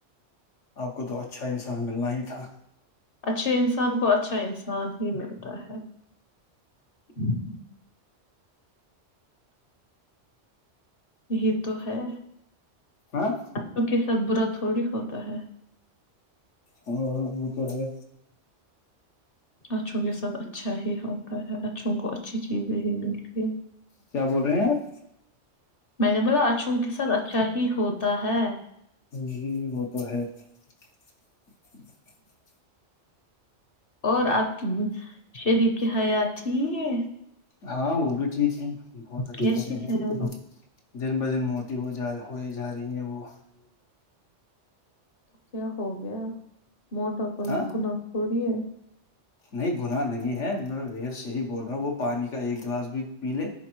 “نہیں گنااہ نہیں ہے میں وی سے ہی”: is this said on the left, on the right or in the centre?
Left